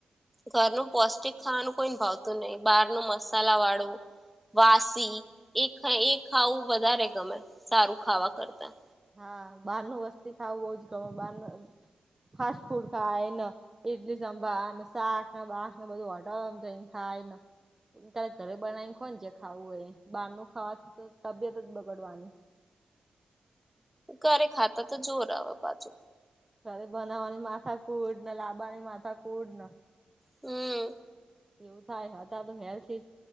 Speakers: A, in the centre; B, on the right (about 15°).
A: ઘરનું પૌષ્ટિક ખાવાનું કોઈ ભાવતું નહીિ બહાર નું મસાલા વાળું વાસી એ એ ખાવું વધારે ગમે સારું ખાવા કરતા
B: હા બહાર ન વસ્તી ખાવ બઉજ ગમે બાર ન ફાસ્ટ ફૂડ ખાય એ એડલી સંભાળ ને શાક ને બાક ને બધું હટાવડવામને ખાય ને તારે ઘરે બનાવી ને ખો છે ખાવું હોય બહાર ન ખાવાથી તો તબિયત જ બગડવાની
A: ઘરે ખાતા તો જોર આવે પાછું
B: કરે બનાવવાની માથા કુડ ને લાબવાની માથા કુડ ને
A: હમ.
B: એવું થાય હતા તો હેલ્થ